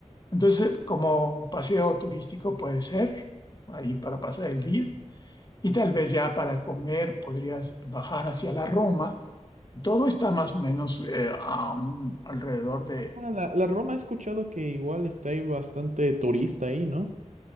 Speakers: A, on the left; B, on the right.
A: Entonces, como paseo turístico puede ser, ahí para pasar el día. Y tal vez ya para comer podrías bajar hacia la Roma. Todo está más o menos eh, a un- alrededor de...
B: Ah, la, la Roma he escuchado que igual está ahí bastante turista ahí, ¿no?